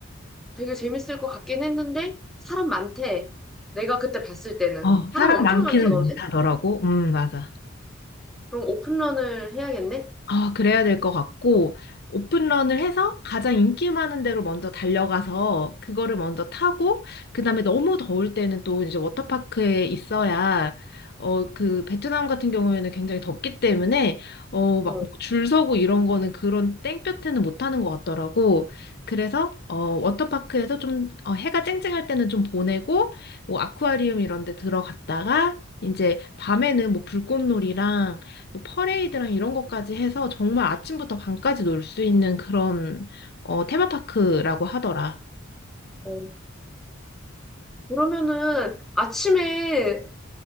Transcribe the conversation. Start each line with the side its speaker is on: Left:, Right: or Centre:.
Centre: 되게 재밌을 것 같긴 했는데, 사람 많대. 내가 그때 봤을 때는.
Left: 어, 사람
Centre: 사람 엄청
Left: 많기는
Centre: 많다던데?
Left: 많다더라고. 음, 맞아.
Centre: 그럼 오픈런을 해야겠네?
Left: 아, 그래야 될 것 같고, 오픈런을 해서 가장 인기 많은 데로 먼저 달려가서 그거를 먼저 타고, 그 다음에 너무 더울 때는 또 이제 워터파크에 있어야, 어, 그 베트남 같은 경우에는 굉장히 덥기 때문에, 어, 막
Centre: 어,
Left: 뭐 줄 서고 이런 거는 그런 땡볕에는 못 하는 것 같더라고. 그래서, 어, 워터파크에서 좀, 어, 해가 쨍쨍할 때는 좀 보내고, 뭐 아쿠아리움 이런 데 들어갔다가, 이제 밤에는 뭐 불꽃놀이랑 뭐 퍼레이드랑 이런 것까지 해서 정말 아침부터 밤까지 놀 수 있는 그런 어, 테마파크라고 하더라.
Centre: 어. 그러면은 아침에